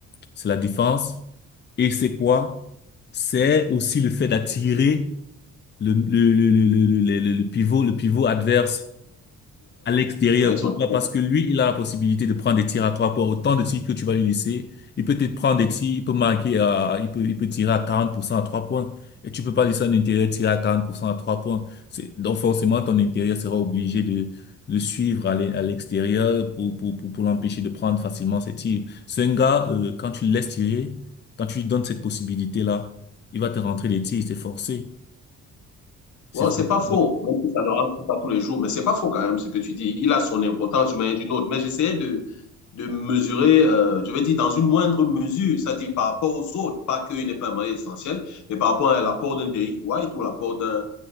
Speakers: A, on the left; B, on the left.
A: c'est la défense, et c'est quoi? C'est aussi le fait d'attirer le, le, le, le, le, le, le- le pivot, le pivot adverse à l'extérieur.
B: Avec
A: Pourquoi?
B: son
A: Parce que lui, il a la possibilité de prendre des tirs à trois points. Autant de tirs que tu vas lui laisser, il peut te prendre des tirs, il peut marquer à, il peut, il peut tirer à 40% à trois points. Et tu peux pas laisser un intérieur tirer à 40% à trois points. C'est, donc forcément, ton intérieur sera obligé de le suivre à l'e- à l'extérieur pour, pour, pour, pour l'empêcher de prendre facilement ses tirs. C'est un gars, euh, quand tu le laisses tirer, quand tu lui donnes cette possibilité-là, il va te rentrer des tirs, c'est forcé. C'est
B: Wow,
A: forcé.
B: c'est pas faux, même si ça ne rentre pas tous les jours, mais c'est pas faux quand même ce que tu dis. Il a son importance d'une manière ou d'une autre. Mais j'essayais de, de mesurer, euh, je veux dire, dans une moindre mesure, c'est-à-dire par rapport aux autres, pas qu'il n'est pas un moyen essentiel, mais par rapport à l'apport d'un Derrick White ou l'apport d'un